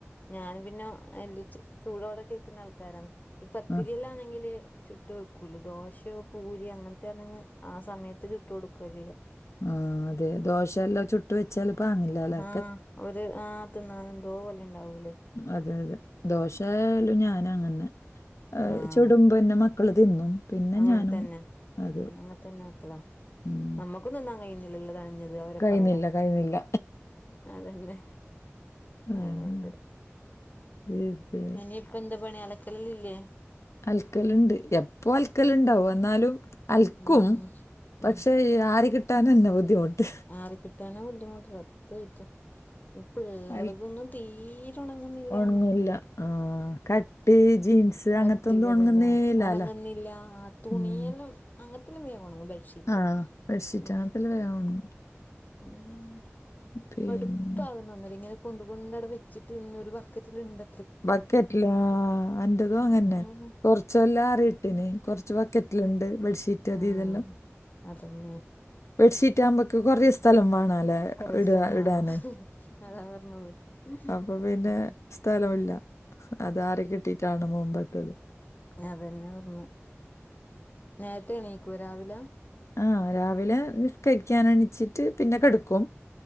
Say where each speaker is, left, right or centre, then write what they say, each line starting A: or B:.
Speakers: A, on the left; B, on the left.
A: ഞാൻ പിന്നെ എല് ചൂടോടെ കഴിക്കുന്ന ആൾക്കാരാണ് ഈ പത്തിരില്
B: ആ
A: ആണെങ്കില് - ചുട്ട് വെക്കൂല ദോശയോ പൂരിയോ അങ്ങനത്തെയാണ് അങ്ങ് ആ സമയത്ത് ചുട്ട് കൊടുക്കുക ചെയ്യാ
B: ആഹാ അതെ ദോശ എല്ലാം ചുട്ട് വെച്ചാല് പാങ്ങില്ല അല്ലേ
A: ആ ഒരു ആഹാ തിന്നാൻ എന്തോ പോലെ ഉണ്ടാവൂ
B: അതെ അതെ ദോശയായാലും ഞാന് അങ്ങനെ
A: ആഹ്
B: ചുടുമ്പം പിന്നെ - മക്കള് തിന്നും പിന്നെ
A: അങ്ങനെ
B: ഞാനും
A: തന്നെ
B: അത്
A: ഉം അങ്ങനെ തന്നെ ആക്കലാ
B: ഉം
A: നമ്മുക്കൊന്നും തിന്നാൻ കഴിയുന്നില്ലല്ലോ തഴി <unintelligible> ഞ്ഞ ഉള്ള <unintelligible> വരെ
B: കഴിയുന്നില്ല
A: പറയാൻ
B: കഴിയുന്നില്ല
A: അത് അങ്ങനെ
B: ഉം,
A: ആയൊണ്ട്
B: ഇത്
A: എനി ഇപ്പൊ എന്ത് പണിയാ അലക്കല് ഇല്ലേ
B: അലക്കല് ഇണ്ട് എപ്പൊ അല ക്കല്ണ്ടാവും എന്നാലും- അലക്കും
A: ഉം
B: പക്ഷേ
A: ഉം
B: ആര് <unintelligible> കിട്ടനാ നുവതി കൊണ്ട്
A: ആരാ കിട്ടാനാ ബുദ്ധിമുട്ട് സത്യായിട്ടും ഈ പിള്ളേർതൊന്നും
B: അൽ-
A: തീര- ട്ടൊ ഒണങ്ങും നില്ലാന്ന്
B: ഉണങ്ങില്ല ആ കട്ടി ജീൻസ് അങ്ങനത്തെ
A: കട്ടിയുള്ളത്
B: ഒന്നും ഉണങ്ങുന്നേലാല
A: അല്ലേ ഒണങ്ങുന്നില്ല തുണിയെല്ലാം
B: ഉം.
A: അങ്ങനത്തെല്ലാം വേഗം ഒണങ്ങും <unintelligible> മടുത്തി
B: ആ ബെഡ്ഷീറ്റ് അങ്ങനത്തെ വേണം
A: <unintelligible>
B: പിന്നെ
A: ഇപ്പ ആവും അന്നേരം ഇങ്ങനെ കൊണ്ട് കൊണ്ട് അവിടെ വച്ചിട്ട് ഒരു ബക്കറ്റില് ഇണ്ട്
B: ബക്കറ്റിലാ അന്റതും അങ്ങനെ
A: ഉം
B: തന്നെ കൊ - ചൊല്ലാ <unintelligible> റിട്ടിന് കൊറച്ച് ബക്കറ്റില്ണ്ട് ബെഡ്ഷീറ്റ്-
A: ആഹ്
B: ഇതെല്ലാം
A: അതന്നെ
B: ബെഡ്ഷീറ്റ് ആവുമ്പം നമുക്ക് കൊറേ സ്ഥലം വേണാലോ
A: കൊറേ
B: ഇട്ക
A: സ്ഥലം
B: ഇടാനെ
A: വേണം അതാ പറഞ്ഞത്
B: അപ്പൊ
A: ഉം
B: പിന്നെ സ്ഥലം ഇല്ല അതാരെ കിട്ടിട്ടാണ് മോൻ വന്നത്
A: അതന്നെ പറഞ്ഞ്. നേരത്തെ എണീക്കോ രാവിലെ?
B: ആഹ് രാവിലെ നിസ്കരിക്കാൻ എണിച്ചിട്ട് പിന്നെ കെട്ക്കും